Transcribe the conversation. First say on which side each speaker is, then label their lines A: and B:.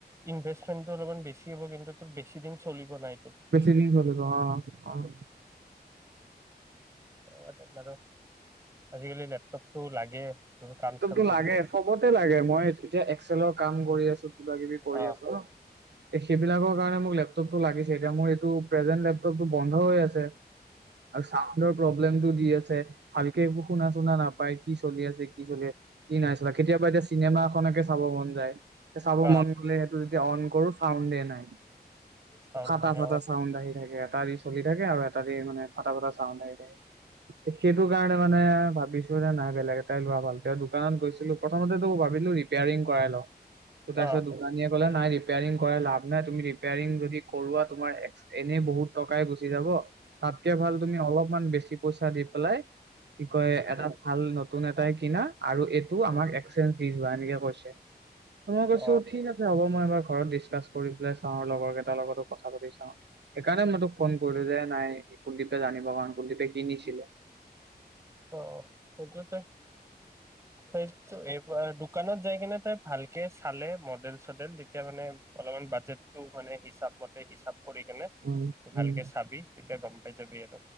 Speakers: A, on the right; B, on the right.
A: ইনভেষ্টমেন্টটো অলপমান বেছি হ'ব কিন্তু তোৰ বেছি দিন চলিব নাই
B: বেছি দিন চলিব, অ' অ'
A: <unintelligible> আজিকালি লেপটপ টো লাগে। তোৰ কাম
B: লেপটপটো
A: চাম কৰিব
B: লাগে,
A: কাৰণে
B: চবতে লাগে, মই এতিয়া এক্সেলৰ কাম কৰি আছো কিবা কিবি কৰি
A: অ
B: আছো, সেইবিলাকৰ কাৰণে মোক লেপ লেপটপটো লাগিছে এতিয়া মোৰ এইটো প্ৰেজেন্ট লেপটপটো বন্ধ হৈ আছে। আৰু চাউণ্ডৰ প্ৰব্লেমটো দি আছে ভালকে একো শুনা শুনা নাপ পাই, কি চলি আছে কি চলি কি নাইচলা, কেতিয়াবা এতিয়া চিনেমা খনকে চাব মন যায়, চাব
A: অ অ
B: মন গ'লে সেইটো যেতিয়া অন কৰো চাউণ্ডে নাই।
A: চাউল
B: ফটা
A: নাই
B: চাটা
A: অ
B: চাউণ্ড আহি থাকে, এটা দি চলি থাকে, আৰু এটা দি মানে ফটা ফটা চাউণ্ড আহি থাকে, সেইটো কাৰণে মানে ভাবিছো যে নাই বেলেগ এটাই লোৱা দোকানত গৈছিলো প্ৰথমতে তো ভাবিলো ৰিপেয়াৰিং কৰাই লওঁ, তাৰ
A: অ
B: পিছত দোকানীয়ে কলে নাই ৰিপেয়াৰিং কৰাই লাভ নাই, তুমি ৰিপেয়াৰং যদি কৰোৱা তোমাৰ এনেই বহুত টকাই গুচি যাব, তাতকে ভাল তুমি অলপমান বেছি পইচা দি পেলাই কি কয় এটা ভাল নতু লতুন এটাই কি কিনা। আৰু এইটো
A: উম
B: আমাৰ এক্সচে্ঞ্জ দি যোৱা এনেকে কৈছে। মই কৈছো
A: অ
B: ঠিক আছে হ'ব। মই এবাৰ ঘৰত দিচকাচ কৰি পেলাই চাওঁ লগৰ কিতা লগতটো কথা পাতি চাওঁ সেই কাৰণে মই তোক ফন কৰিলো যে নাই কোন কিতা জানিব কাৰণে
A: অ' সেইটো তে সেই এইবাৰ দোকানত যায় কিনে তাই ভালকে চালে মডেল চডেল তেতিয়া মানে অলপমান বাজেটটো মানে হিচাপ মতে হিচাপ কৰি কেনে
B: উম
A: ভালকে
B: উম
A: চাবি, তেতিয়া গম পাই যাবি আৰু